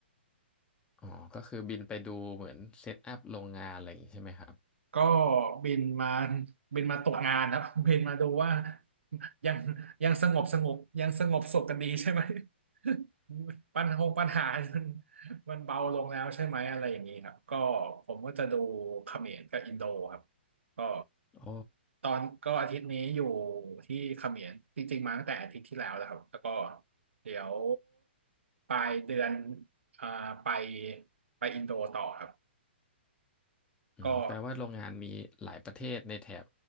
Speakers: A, on the left; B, on the right.
A: อ๋อก็คือบินไปดูเหมือนเซตอัพโรงงานอะไรอย่างงี้ใช่ไหมครับ
B: ก็บินมาบินมาตกงานแล้ว <laughs> บินมาดูว่ายังยังสงบสงบยังสงบสุขกันดีใช่ไหม <laughs> ปัญหาปัญหามันมันเบาลงแล้วใช่ไหมอะไรอย่างนี้ครับก็ผมก็จะดูเขมรกับอินโดครับก็
A: โอ้
B: ตอนก็อาทิตย์นี้อยู่ที่เขมรจริงๆมาตั้งแต่อาทิตย์ที่แล้วแล้วครับแล้วก็เดี๋ยวปลายเดือนอ่าไปไปอินโดต่อครับ
A: อืมแปลว่าโรงงานมีหลายประเทศในแถบ
B: ก็